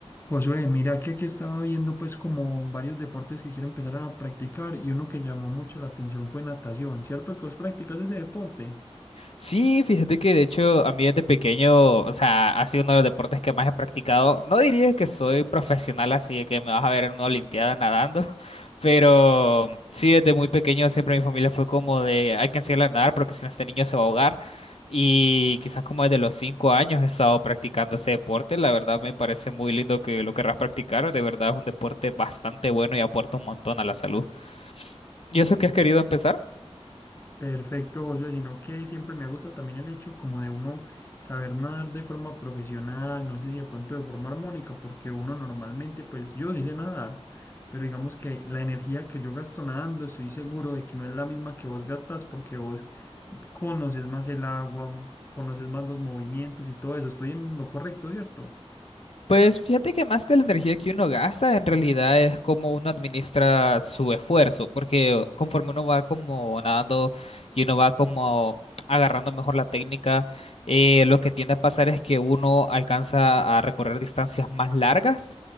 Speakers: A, on the left (about 20°); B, on the left (about 65°).
A: Josué, mira que aquí estaba viendo pues como varios deportes que quiero empezar a practicar y uno que llamó mucho la atención fue natación, ¿cierto que vos practicas ese deporte?
B: Sí, fíjate que de hecho a mí desde pequeño, o sea, ha sido uno de los deportes que más he practicado. No diría que soy profesional, así de que me vas a ver en una olimpiada nadando, <laughs> pero sí, desde muy pequeño siempre mi familia fue como de, hay que enseñarle a nadar porque si no este niño se va a ahogar. Y quizás como desde los cinco años he estado practicando ese deporte. La verdad me parece muy lindo que lo querrás practicar. De verdad es un deporte bastante bueno y aporta un montón a la salud. ¿Y eso que has querido empezar?
A: Perfecto, Josué, sino que siempre me ha gustado también el hecho como de uno saber nadar de forma profesional, no sé si de pronto de forma armónica, porque uno normalmente,
B: Ujú,
A: pues yo sí sé nadar, pero digamos que la energía que yo gasto nadando, estoy seguro de que no es la misma que vos gastas porque vos conoces más el agua, conoces
B: ujú.
A: más los movimientos y todo eso, estoy en lo correcto, ¿cierto?
B: Pues fíjate que más que la energía que uno gasta, en realidad es como uno administra su esfuerzo, porque conforme uno va como nadando y uno va como agarrando mejor la técnica, eh, lo que tiende a pasar es que uno alcanza a recorrer distancias más largas,